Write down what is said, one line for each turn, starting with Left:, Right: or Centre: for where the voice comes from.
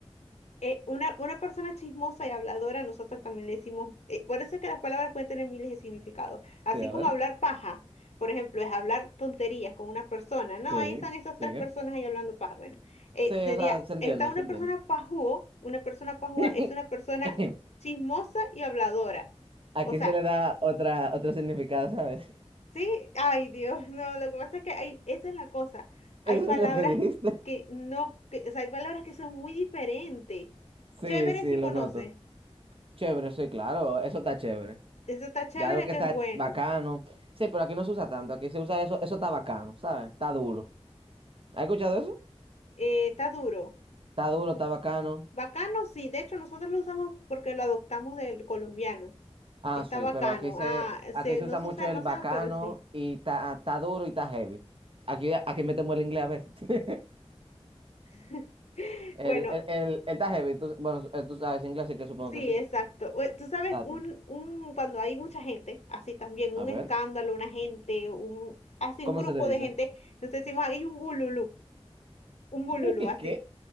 Left: eh, una, una persona chismosa y habladora, nosotros también le decimos, eh, por eso es que las palabras pueden tener miles de significados, así
Right: Sí, a
Left: como
Right: ver.
Left: hablar paja, por ejemplo, es hablar tonterías con una persona, no,
Right: Sí,
Left: ahí están esas
Right: sigue.
Left: tres personas ahí hablando paja, bueno, eh,
Right: Sí,
Left: sería,
Right: o sea, se entiende,
Left: está una
Right: se entiende.
Left: persona pajúo, una persona pajúa
Right: <laughs>
Left: es una persona chismosa y habladora,
Right: Aquí
Left: o sea,
Right: se le da otra, otro significado, ¿sabes?
Left: sí, ay Dios, <laughs> no, lo que pasa es que hay, esa es la cosa,
Right: <laughs>
Left: hay
Right: Eso
Left: palabras
Right: es lo que dijiste.
Left: que no, que, o sea, hay palabras que son muy diferentes,
Right: Sí,
Left: chévere
Right: sí,
Left: si
Right: lo
Left: conoces.
Right: noto. Chévere, sí, claro, eso está chévere.
Left: Ese está chévere
Right: Ya algo que
Left: que
Right: está
Left: es bueno.
Right: bacano. Sí, pero aquí no se usa tanto, aquí se usa eso, eso está bacano, ¿sabes? Está duro. ¿Has escuchado eso?
Left: Eh, está duro.
Right: Está duro, está bacano.
Left: Bacano, sí. De hecho, nosotros lo usamos porque lo adoptamos del colombiano.
Right: Ah,
Left: Está
Right: sí,
Left: bacano.
Right: pero aquí se,
Left: Ah,
Right: aquí
Left: se,
Right: se
Left: no
Right: usa
Left: se
Right: mucho
Left: usa demasiado,
Right: el bacano
Left: pero sí.
Right: y está duro y está heavy. Aquí, aquí metemos el inglés a veces. <laughs>
Left: <laughs>
Right: El,
Left: Bueno,
Right: el, el, el ta heavy, tú- bueno, eh, tú sabes inglés, así que supongo
Left: sí,
Right: que sí.
Left: exacto. Ue- Tú sabes,
Right: Tato.
Left: un, un, cuando hay mucha gente, así también, un
Right: A ver,
Left: escándalo, una gente, un, así
Right: ¿cómo
Left: un grupo
Right: se le dice?
Left: de gente, entonces decimos, hay un bululú, un
Right: <laughs>
Left: bululú, así.
Right: ¿Qué?